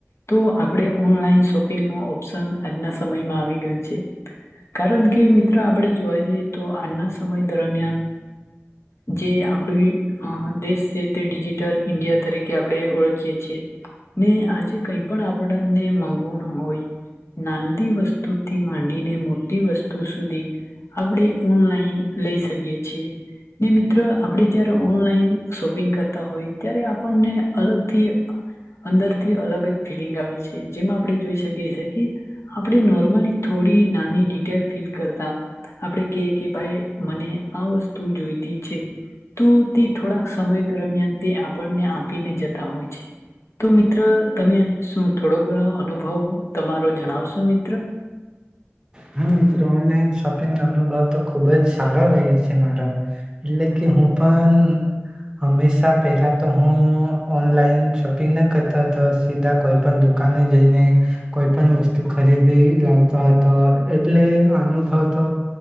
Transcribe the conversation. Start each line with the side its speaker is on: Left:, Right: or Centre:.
Left: તો આપણે ઓનલાઈન શોપિંગ ન ઓપ્શન આજના સમયમાં આવી ગયું છે કારણ કે મિત્ર આપણે જોવા જઈએ તો આજના સમય દરમિયાન જે આપડી અ દેશ તે ડિજિટલ ઇન્ડિયા તરીકે આપણે ઓળખીએ છીએ ને આજે કઈ પણ આપણને માંગવાનું હોય નાંદી વસ્તુથી માંડીને મોટી વસ્તુ સુધી આપણે ઓનલાઈન લઈ શકીએ છીએ ને મિત્ર આપણે જયારે ઓનલાઈન શોપિંગ કરતા હોય ત્યારે આપણને અલગથી અંદરથી અલગ જ ફિલિંગ આવે છે જેમાં આપણે જોઈ શકીએ છીએ કે આપણે નોર્મલી થોડી નાની ડિટેલ ફીલ કરતા આપણે ક કે ભાઈ મને આ વસ્તુ જોઈતી છે તો તે થોડા સમય દરમિયાન તે આપણને આપીને જતા હોય છે તો મિત્ર તમે શું થોડો ઘણો અનુભવ તમારો જણાવશો મિત્ર.
Right: હા મિત્ર ઓનલાઈન શોપિંગનો અનુભવ તો ખુબ જ સારો રહ્યો છે મારો એટલે કે હું પણ હંમેશા પહેલા તો હું ઓનલાઈન શોપિંગ ના કરતો હતો સીધા કોઈ પણ દુકાને જઈને કોઈ પણ વસ્તુ ખરીદી લાવતો હતો. એટલે અનુભવ તો